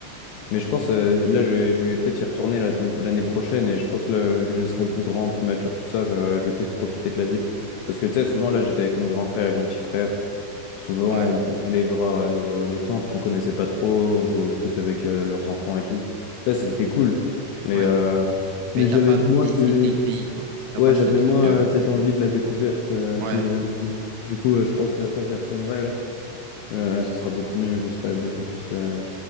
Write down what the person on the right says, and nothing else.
Ok.
Ouais.
Ouais.
Mais
t'as
pas
visité
le pays, quoi. T'as
pas ce
truc.
euh,
Ouais.